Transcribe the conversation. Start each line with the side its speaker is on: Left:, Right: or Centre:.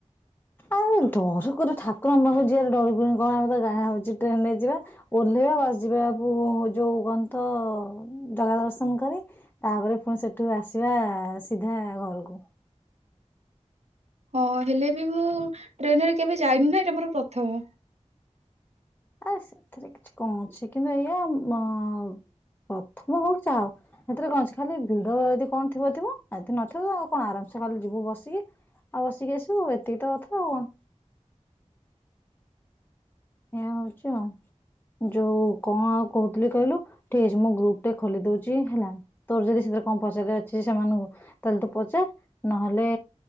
Left: ଆଉ ଡର ରେ ଠାକୁର ଆମ ହଉ ଯ ଡରଗୁଣି କଣ ଆମେ ତ ଗାଁ ହଉଛି ଟ୍ରେନ ରେ ଯିବା ଓହ୍ଲେଇବା ବସ ଯିବା ଯୋଉ କ ତ ଜଗା ଦର୍ଶନ କରି ତାପରେ ପୁଣି ସେଠୁ ଆସିବା ସିଧା ଘରକୁ
Right: ହଁ ହେଲେ ବି ମୁଁ ଟ୍ରେନରେ କେବେ ଯାଇନି ନା ଏଇଟା ମୋର ପ୍ରଥମ
Left: ଆରେ ସେଥିରେ କିଛି କଣ ଅଛି କିନ୍ତୁ ଏଇଆ ପ୍ରଥମ ହଉ କି ଚାଉ ସେଥିରେ କଣ ଅଛି ଖାଲି ଭିଡ ଯଦି କଣ ଥିବ ଥିବ ଏଦ ନଥିବ ଆଉ କଣ ଆରାମସେ ଖାଲି ଯିବୁ ବସିକି ଆଉ ବସିକି ଆସିବୁ ଏତିକି ତ କଥା ଆଉ କଣ? ଏଇଆ ହଉଛି ଆଉ ଯୋଉ କଣ ଆଉ କହୁଥିଲି କହିଲୁ ଠିକ ଅଛି ମୁଁ ଗ୍ରୁପ ଟେ ଖୋଲି ଦଉଛି ହେଲା ତୋର ଯଦି ସେଥିରେ କଣ ପଚାର ଅଛି ସେମାନଙ୍କୁ ତାହେଲେ ତୁ ପଚାର ନହେଲେ